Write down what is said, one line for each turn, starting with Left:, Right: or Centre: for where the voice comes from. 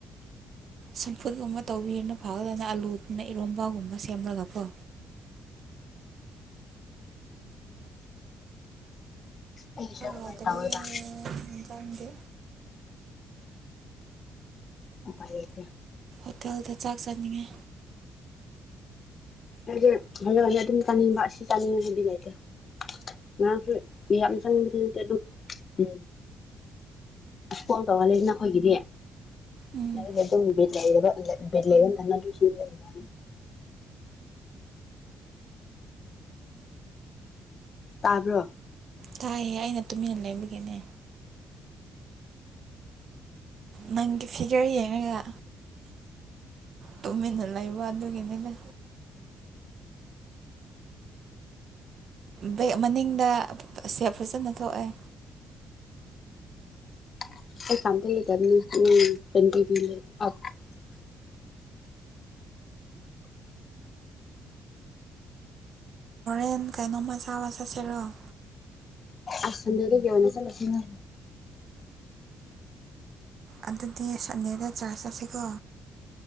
Right: ꯁꯝꯐꯨꯠꯀꯨꯝꯕ ꯇꯧꯕꯤꯔꯗꯤ ꯐꯥꯒꯗꯕ ꯑꯂꯨꯗꯨꯅ ꯏꯔꯣꯝꯕꯒꯨꯝꯕ ꯁꯦꯝꯂꯒꯀꯣ
Left: ꯑꯩꯁꯨ ꯑꯗꯨꯃꯥꯏꯅ
Right: ꯌꯥꯗꯔꯦ
Left: ꯇꯧꯋꯦꯕ
Right: ꯑꯧꯟꯖꯥꯡꯗꯤ
Left: <unintelligible>
Right: ꯍꯣꯇꯦꯜꯗ ꯆꯥꯛ ꯆꯥꯅꯤꯡꯉꯦ
Left: ꯍꯥꯏꯗꯤ ꯍꯦꯟꯅ ꯍꯦꯟꯅ ꯑꯗꯨꯝ ꯆꯥꯅꯤꯡꯕ ꯑꯁꯤ ꯆꯥꯅꯤꯡꯉꯦ ꯍꯥꯏꯕꯤ ꯂꯩꯇꯦ ꯉꯔꯥꯡꯁꯨꯌꯥꯝ ꯆꯪꯕꯗꯤ ꯅꯠꯇꯦ ꯑꯗꯨꯝ ꯎꯝ ꯁ꯭ꯀꯣꯜ ꯀꯧꯍꯜꯂꯤꯁꯤꯅ ꯑꯩꯈꯣꯏꯒꯤꯗꯤ
Right: ꯎꯝ
Left: <unintelligible> ꯇꯥꯕ꯭ꯔꯣ
Right: ꯊꯥꯏꯌꯦ ꯑꯩꯅ ꯇꯨꯃꯤꯟꯅ ꯂꯩꯕꯒꯤꯅꯦ ꯅꯪꯒꯤ ꯐꯤꯒꯔ ꯌꯦꯡꯉꯒ ꯇꯨꯃꯤꯟꯅ ꯂꯩꯕ ꯑꯗꯨꯒꯤꯅꯤꯅ ꯕꯦꯛ ꯃꯅꯤꯡꯗ ꯁꯦꯞ ꯐꯖꯅ ꯊꯣꯛꯑꯦ
Left: <unintelligible>
Right: ꯅꯪ ꯀꯩꯅꯣꯝꯃ ꯆꯥꯕ ꯆꯠꯁꯦꯔꯣ
Left: ꯑꯁ ꯁꯟꯗꯦꯔꯒꯤ ꯑꯣꯏꯅ ꯆꯂꯁꯤꯅꯦ
Right: ꯑꯗꯨꯗꯤ ꯁꯟꯗꯦꯗ ꯆꯥꯔꯖ ꯆꯠꯁꯤꯀꯣ